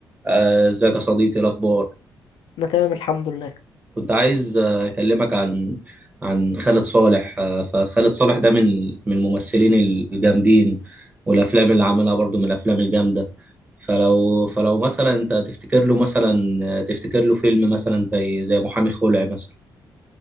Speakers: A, on the right; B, on the left.
A: آه، ازيك يا صديقي إيه الاخبار
B: انا تمام الحمد لله
A: كنت عايز آه، اكلمك عن عن خالد صالح آه، فخالد صالح ده من من الممثلين الجامدين والافلام اللي عملها برضو من الافلام الجامده فلو فلو مثلا انت تفتكر له مثلا آه، تفتكر له فيلم مثلا زي زي محامي خلع مثلا